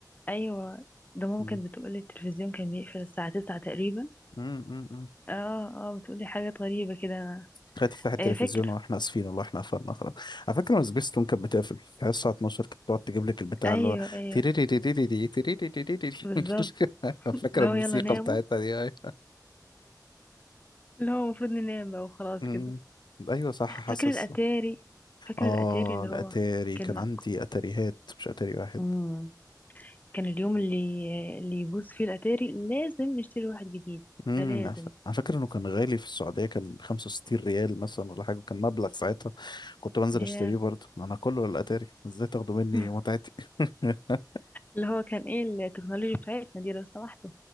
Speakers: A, on the left; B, on the left.
A: ايوه ده ماما
B: مم.
A: كانت بتقولي التلفزيون كان بيقفل الساعة تسعة تقريبا
B: أمم، أمم، أمم.
A: اه اه بتقولي حاجات غريبة كده انا
B: خلي تفتح التلفزيون
A: إيه، فاكر
B: واحنا اسفين والله احنا قفلنا خلاص على فكره لما سبيس تون كانت بتقفل في الساعه 12 كانت بتقعد تجيب لك البتاع
A: ايوه
B: اللي هو
A: ايوه
B: تيريريريريري تيريريريريري
A: بالظبط
B: <laughs> فاكره
A: لو
B: الموسيقى
A: يلا ناموا
B: بتاعتها دي أيوة.
A: اللي هو المفروض ننام بقى وخلاص
B: أمم.
A: كده
B: ايوه صح حاسس
A: فاكر الاتاري فاكر
B: اه
A: الاتاري اللي
B: الاتاري
A: هو كان
B: كان عندي اتاريهات مش اتاري واحد
A: امم كان اليوم اللي اللي يبوظ فيه الاتاري لازم نشتري واحد جديد
B: امم
A: ده لازم
B: على ف- على فكره انه كان غالي في السعوديه كان ب 65 ريال مثلا ولا حاجه كان مبلغ ساعتها كنت بنزل
A: ياه.
B: اشتريه برضه ما انا كله على الاتاري ازاي تاخدوا مني
A: <laughs>
B: متعتي <laughs>
A: اللي هو كان ايه التكنولوجيا بتاعتنا دي لو سمحتوا